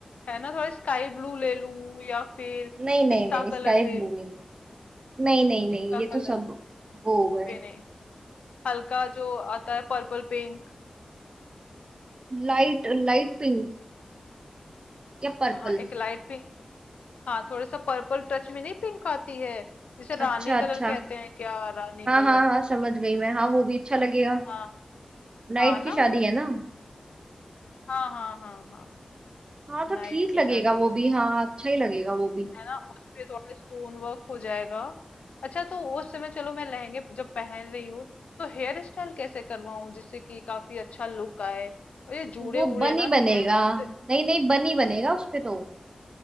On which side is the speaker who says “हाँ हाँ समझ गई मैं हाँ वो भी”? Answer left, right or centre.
Right